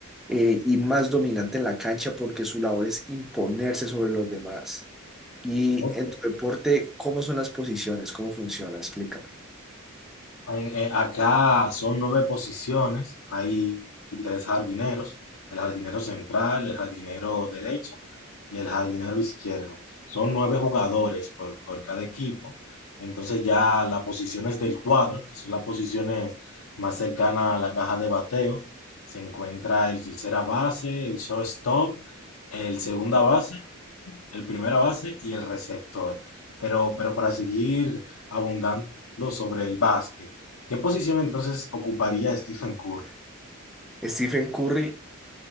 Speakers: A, in the centre; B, on the left.
A: eh, y más dominante en la cancha porque su labor es imponerse sobre los demás. Y
B: Ok.
A: en tu deporte, ¿cómo son las posiciones? ¿Cómo funciona? Explícame.
B: En- eh, acá son nueve posiciones, hay tres jardineros, el jardinero central, el jardinero derecho y el jardinero izquierdo. Son nueve jugadores por, por cada equipo, entonces ya las posiciones del cuadro, que son las posiciones más cercanas a la caja de bateo, se encuentra el tercera base, el shortstop, el segunda base el primera base y el receptor. Pero, pero para seguir abundando sobre el básquet, ¿qué posición entonces ocuparía Stephen Curry?
A: Stephen Curry